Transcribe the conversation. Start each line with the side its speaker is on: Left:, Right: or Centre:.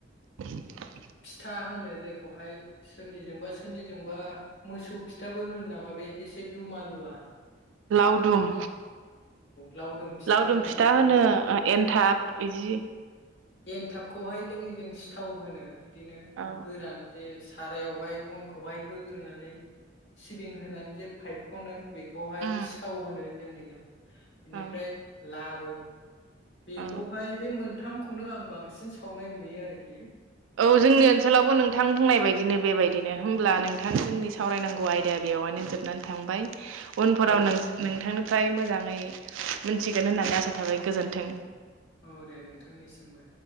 Right: <unintelligible>
Left: फिथा होनो जायखौहाय सोरनिजोंबा सोरनिजोंबा मोसौ फिथाबो होनो नामा बे एसे दुमालुवआ।
Right: लावदुम
Left: लावदुम
Right: लावदुम
Left: होनो
Right: फिथा
Left: नामा
Right: होनो
Left: बे
Right: एन्थाब बिदि
Left: एन्थाबखौहाय जोंनि जों सिथाव होनो। बिदिनो
Right: औ
Left: गोरान जे सारायावहाय अनखौहाय होग्रोनानै सिबिं होनानै जे फायख'नो। बेखौहाय
Right: उम
Left: सिथाव होनो जोंनि जों। बेनिफ्राय
Right: औ
Left: ला औ। बेखौहाय
Right: औ
Left: बे मोनथामखौनो आं बांसिन सावनाय नुयो आरोखि।
Right: औ जोंनि ओनसोलावबो नोंथां बुंनाय बायदिनो बेबायदिनो होमब्ला नोंथां जोंनि सावरायनांगौ आयदाया बेवहायनो जोबनानै थांबाय। उनफोराव
Left: औ
Right: नोंस-नोंथांनो फ्राय मोजाङै मोनथिगोन होननानै आसा थाबाय गोजोन्थों।
Left: औ दे नोंथांनिसिमबो।